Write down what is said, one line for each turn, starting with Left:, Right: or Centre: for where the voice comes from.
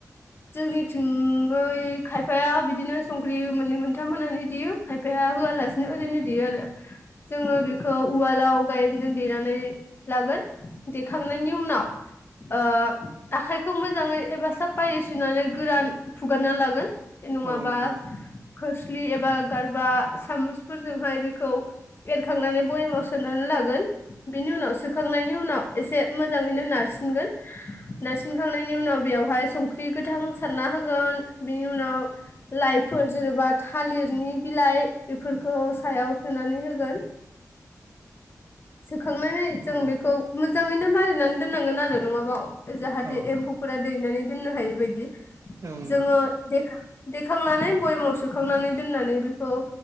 Left: जोंनिथिंयै खायफाया बिदिनो संख्रि मोननै मोनथाम होननानै देयो खायफाया होआलासिनो ओरैनो देयो आरो जोङो
Right: औ नंगौ
Left: बेखौ उवालाव गायेन जों देनानै लागोन देखांनायनि उनाव ओ आखाइखौ मोजाङै एबा साफायै सुनानै गोरान हुगारना लागोन
Right: नोंथां
Left: नङाबा
Right: औ नंगौ नामा नोंथां
Left: खोस फुलि एबा गारबा सामुसफोरजोंहाय बेखौ एखांनानै बयमाव सोनानै लागोन बेनि उनाव सोखांनायनि उनाव एसे मोजांयैनो नारसिनगोन नारसिनखांनायनि उनाव बेयावहाय संख्रि बि गोथां सारना होगोन बिनि उनाव लाइ फोर जेनबा थालिरनि बिलाइ बेफोरखौ सायाव होनानै होगोन सो खांनानै जों
Right: औ
Left: बेखौ मोजां यैनो मारिनानै दोननांगोन आरो नङाबा जाहाथे
Right: औ
Left: एम्फौफोरा दैनानै दोननो हायि बायदि
Right: ओं
Left: जोङो देखां देखांनानै बयामाव सोखांनानै दोननानै बेखौ